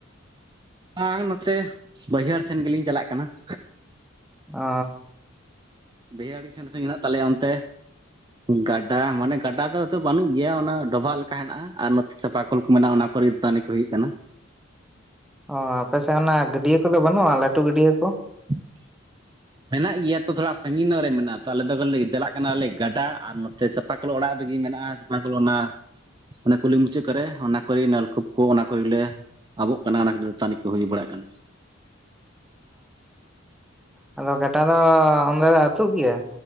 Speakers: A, on the right; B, in the centre.
A: ᱵᱟᱝ ᱱᱚᱛᱮ ᱵᱟᱹᱭᱦᱟᱹᱲ ᱥᱮᱱ ᱜᱮᱞᱤᱧ ᱪᱟᱞᱟᱜ ᱠᱟᱱᱟ ᱾
B: ᱚᱻ
A: ᱵᱟᱹᱭᱦᱟᱹᱲᱤ ᱟᱹᱰᱤ ᱥᱟᱺᱜᱤᱧ ᱦᱮᱱᱟᱜ ᱛᱟᱞᱮᱭᱟ ᱚᱱᱛᱮ ᱜᱟᱰᱟ ᱢᱟᱱᱮ ᱜᱟᱰᱟ ᱫᱚ ᱵᱟᱹᱱᱩᱜ ᱜᱮᱭᱟ ᱚᱱᱟ ᱰᱚᱵᱷᱟᱜ ᱞᱮᱠᱟ ᱦᱮᱱᱟᱜᱼᱟ ᱟᱨ ᱱᱚᱛᱮ ᱪᱟᱸᱯᱟᱠᱳᱞ ᱠᱚ ᱢᱮᱱᱟᱜᱼᱟ ᱾ ᱚᱱᱟ ᱯᱚᱨᱛᱟᱱᱤ ᱠᱚ ᱦᱩᱭᱩᱜ ᱠᱟᱱᱟ ᱾
B: ᱚ ᱟᱯᱮᱥᱮᱜ ᱚᱱᱟ ᱜᱟᱹᱰᱤᱭᱟᱹ ᱠᱚᱫᱚ ᱵᱟᱹᱱᱩᱜᱼᱟ ᱞᱟᱹᱴᱩ ᱜᱟᱹᱰᱤᱭᱟᱹ ᱠᱚ?
A: <inaudible> ᱢᱮᱱᱟᱜ ᱜᱮᱭᱟ ᱛᱚ ᱛᱷᱚᱲᱟ ᱥᱟᱺᱜᱤᱧ ᱧᱚᱜ ᱨᱮ ᱢᱮᱱᱟᱜ ᱛᱚ ᱟᱞᱮ ᱫᱚ ᱪᱟᱞᱟᱜ ᱠᱟᱱᱟᱞᱮ ᱜᱟᱰᱟ ᱟᱨ ᱱᱚᱛᱮ ᱚᱠᱟ ᱠᱚᱞ ᱚᱲᱟᱜ ᱨᱮᱜᱮ ᱢᱮᱱᱟᱜᱼᱟ, <unintelligible> ᱠᱚᱞ ᱚᱱᱟ ᱚᱱᱟ ᱠᱩᱞᱦᱤ ᱢᱩᱪᱟᱹᱫᱽ ᱠᱚᱨᱮ ᱚᱱᱟ ᱠᱚᱨᱮ ᱱᱚᱞᱠᱩᱯ ᱠᱚ ᱚᱱᱟ ᱠᱚᱨᱮᱞᱮ ᱟᱵᱚᱜ ᱠᱟᱱᱟ ᱚᱱᱟ ᱫᱟᱛᱟᱱᱤ ᱠᱚ ᱦᱩᱭ ᱵᱟᱲᱟᱜ ᱠᱟᱱᱟ ᱾
B: ᱚ ᱟᱫᱚ ᱜᱟᱰᱟ ᱫᱚ ᱚᱸᱰᱮ ᱫᱚ ᱟᱹᱛᱩᱜ ᱜᱮᱭᱟ